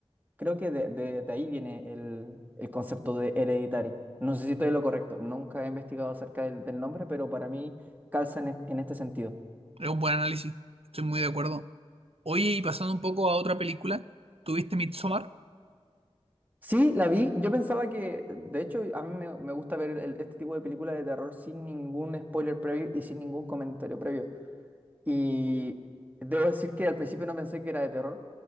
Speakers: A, on the right; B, on the right.
A: Creo que de, de- de ahí viene el, el concepto de hereditary. No sé si estoy en lo correcto, nunca he investigado acerca del, del nombre, pero para mí calza en, est- en este sentido.
B: Es un buen análisis, estoy muy de acuerdo. Oye, y pasando un poco a otra película, ¿tuviste Midsommar?
A: Sí, la vi, yo pensaba que, de hecho, a mí me, me gusta ver el- este tipo de películas de terror sin ningún spoiler previo y sin ningún comentario previo. Y debo decir que al principio no pensé que era de terror,